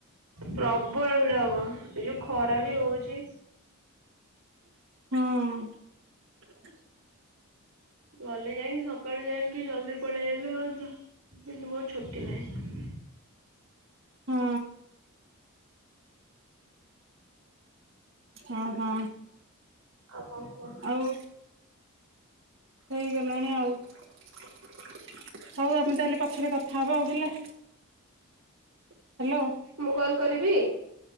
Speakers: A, on the right (about 85°); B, on the right (about 55°).
A: ପ୍ରବଳ ଭିଡ ହବ ଏ ଯୋଉ ଖରା ବି ହୋଉଚି।
B: ହୁଁ।
A: ଗଲେ ଯାଇକି ସକାଳୁ ଯାଇକି ଜଲଦି ପଳେଇଲେ ହୁଅନ୍ତ କିନ୍ତୁ ମୋର ଛୁଟି ନାହିଁ।
B: ହଁ। ହଁ ହଁ
A: ଆଉ କଣ କୁହ?
B: ଆଉ ହେଇଗଲାଣି ଆଉ। ହଉ ଆମେ ତାହେଲେ ପଛରେ କଥା ହବା ଆଉ ହେଲା। ହ୍ୟାଲୋ
A: ମୁଁ କଲ୍ କରିବି?